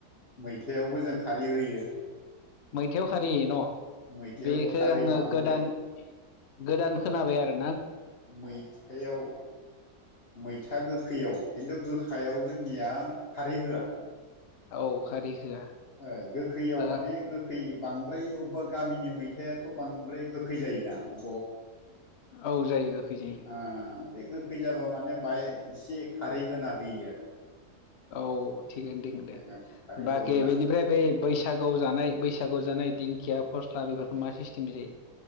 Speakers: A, on the left (about 40°); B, on the left (about 55°).
A: मैथायावबो जों खारै होयो
B: मैथायाव होयो न
A: मैथायावबो
B: बेखौ
A: खारै
B: आङो
A: बांद्राय
B: गोदान गोदान खोनाबाय आरो
A: मैथायाव मैथा गोखैयाव खिन्थु गोखायाव जोंनिया खारै होआ
B: औ खारै होआ
A: ओ गोखैयाव
B: ओ
A: माने गोखै बांद्राय अबेबा गामिनि मैथायाथ बांद्राय गोखै जायोना अ
B: औ जायो गोखै जायो
A: आ बे गोखै जाबा माने बाह एसे खारै होना होयो आरो
B: औ थिगनो दं दे
A: जोङो खारैखौ
B: बाखि
A: होनानै
B: बेनिफ्राय बै बैसागु जानाय बैसागु जानाय दिंखिया फस्ला बेफोरखौ मा सिस्टेम जायो